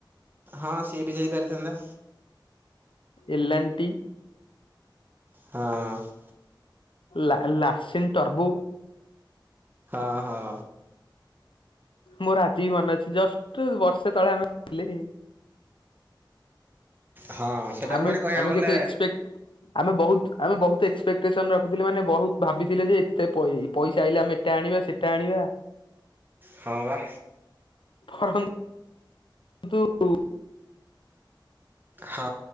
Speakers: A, on the right (about 25°); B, on the left (about 85°).
A: ହଁ ସିଏ ବି ଯାଇପାରିଥାନ୍ତା।
B: ଏଲନାଣ୍ଟି।
A: ହଁ।
B: ଲା ଲାସିନ ତର୍ବୁ
A: ହଁ ହଁ।
B: ମୋର ଆଜି ବି ମନେ ଅଛି ଜଷ୍ଟ ବର୍ଷେ ତଳେ ଆମେ ଥିଲେ।
A: ହଁ ସେଇଟା
B: ଆମେ
A: ପୁଣି କହିବାକୁ
B: ଆମେ
A: ଗଲେ
B: କେତେ ଏକ୍ସପେକ୍ଟ ଆମେ ବହୁତ ଆମେ ବହୁତ ଏକ୍ସପେକ୍ଟେସନ ରଖିଥିଲେ ମାନେ ବହୁତ ଭାବିଥିଲେ ଯେ ଏତେ ପଇ ପଇସା ଆଇଲା ଆମେ ଏଇଟା ଆଣିବା ସେଇଟା ଆଣିବା।
A: ହଁ ବା।
B: ବରଂ। କିନ୍ତୁ <unintelligible>
A: ହଁ